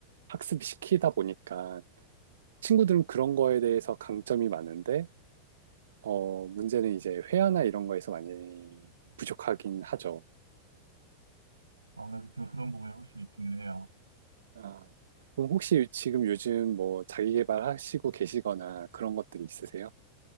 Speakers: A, on the right; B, on the right.
A: 학습시키다 보니까 친구들은 그런 거에 대해서 강점이 많은데, 어, 문제는 이제 회화나 이런 거에서 많이 부족하긴 하죠.
B: 아무래도 그- 그런 부분이 확실히 있기는 해요.
A: 아, 그럼 혹시 지금 요즘 뭐 자기계발 하시고 계시거나 그런 것들이 있으세요?